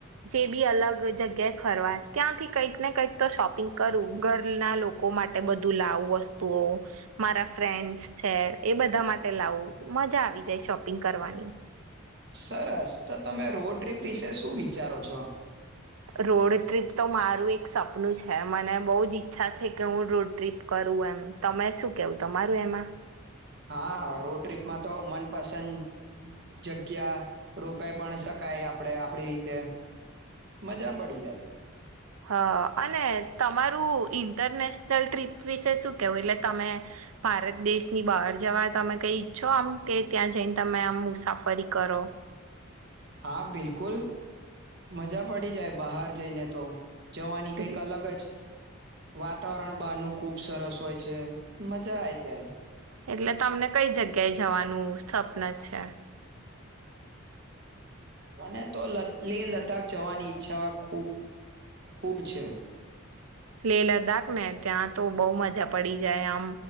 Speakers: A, on the right; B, on the right.
A: જે બી અલગ જગ્યાએ ફરવા ત્યાંથી કંઈક ને કંઈક તો શોપિંગ કરું ઘરના લોકો માટે બધું લાવું વસ્તુઓ મારા ફ્રેન્ડસ છે એ બધા માટે લાવું મજા આવી જાય શોપિંગ કરવાની
B: સરસ તો તમે રોડ ટ્રીપ વિશે શું વિચારો છો
A: રોડ ટ્રીપ તો મારું એક સપનું છે મને બહુ જ ઈચ્છા છે કે હું રોડ ટ્રીપ કરું એમ તમે શું કેવું તમારું એમાં
B: હા રોડ ટ્રીપમાં તો મનપસંદ જગ્યા રોકાઈ પણ શકાય આપડે આપડી રીતે મજા પડી જાય
A: હા અને તમારું ઇન્ટરનેશનલ ટ્રીપ વિશે શું કેવું એટલે તમે ભારત દેશની બહાર જવા તમે કઈ ઈચ્છો આમ કે ત્યાં જઈને તમે આમ મુસાફરી કરો
B: હા બિલકુલ મજા પડી જાય બહાર જઈને તો જવાની કઈક
A: એટલે
B: અલગ જ વાતાવરણ બહારનું ખુબ સરસ હોય છે મજા આઈ જાય
A: એટલે તમને કઈ જગ્યાએ જવાનું સ્વપન છે
B: મને તો લે લદ્દાખ જવાની ઈચ્છા ખૂબ ખૂબ છે
A: લેહ લદ્દાખ ને ત્યાં તો બહુ મજા પડી જાય આમ